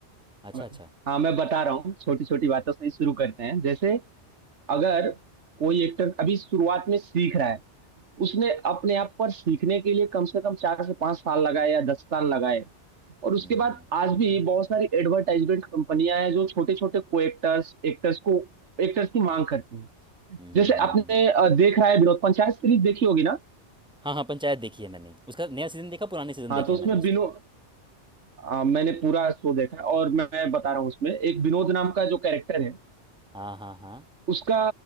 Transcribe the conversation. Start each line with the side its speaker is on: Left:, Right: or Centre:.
Right: हूँ
Centre: अच्छा अच्छा
Right: हाँ मैं बता रहा हूँ छोटी छोटी बातों से ही शुरू करते हैं जैसे अगर कोई एक्टर अभी शुरुआत में सीख रहा है उसने अपने आप पर सीखने के लिए कम से कम चार से पांच साल लगाए या दस साल लगाए और उसके
Centre: हम्म
Right: बाद आज भी बहुत सारी एडवर्टाइजमेंट कंपनियां हैं जो छोटे छोटे को एक्टर्स एक्टर्स को एक्टर्स की मांग करती हैं
Centre: हम्म
Right: जैसे आपने अ, देख रहा है विनोद पंचायत सीरीज देखी होगी ना
Centre: हाँ हाँ पंचायत देखी है मैंने उसका नया सीज़न देखा पुराने सीज़न
Right: हाँ
Centre: देखे
Right: तो
Centre: हैं
Right: उसमें
Centre: मैंने उसके
Right: विनोद अ, मैंने पूरा शो देखा है और मैं बता रहा हूँ उसमें एक विनोद नाम का जो कैरेक्टर है
Centre: हाँ हाँ हाँ
Right: उसका